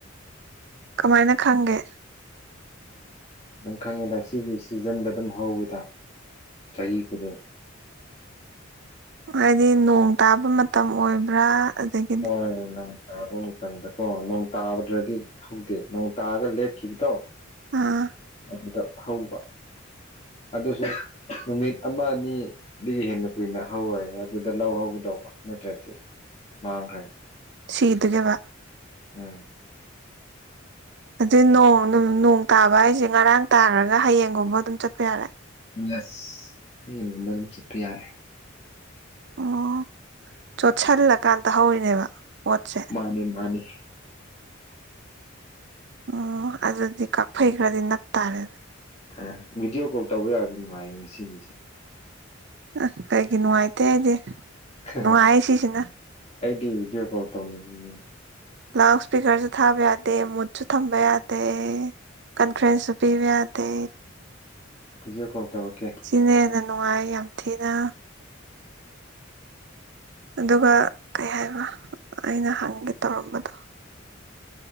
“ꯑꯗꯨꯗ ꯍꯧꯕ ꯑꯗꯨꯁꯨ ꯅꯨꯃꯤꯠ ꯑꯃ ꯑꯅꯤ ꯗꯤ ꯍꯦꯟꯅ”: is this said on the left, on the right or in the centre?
Left